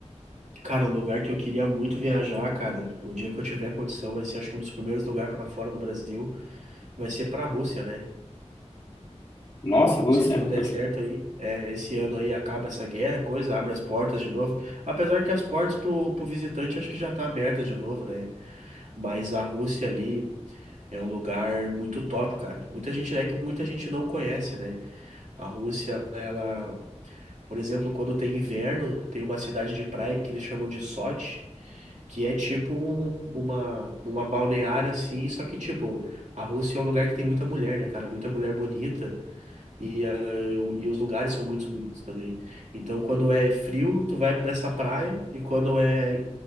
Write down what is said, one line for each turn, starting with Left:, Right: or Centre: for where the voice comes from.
Right: cara, um lugar que eu queria muito viajar, cara, o dia que eu tiver condição, vai ser acho que um dos primeiros lugares pra fora do Brasil vai ser para a Rússia, né?
Left: Nossa,
Right: Com-
Left: você,
Right: Se tudo
Left: pode...
Right: der certo aí, é, esse ano aí acaba essa guerra, coisa, abre as portas de novo. Apesar que as portas pro, pro visitante acho que já tá aberta de novo, né? Mas a Rússia ali é um lugar muito top, cara. Muita gente é que muita gente não conhece, né? A Rússia, ela, por exemplo, quando tem inverno, tem uma cidade de praia que eles chamam de Sochi que é tipo um- uma, uma balneária assim, só que tipo, a Rússia é um lugar que tem muita mulher, né, cara? Muita mulher bonita. E, ah, o- e os lugares são muito bonitos também. Então, quando é frio, tu vai para essa praia, e quando é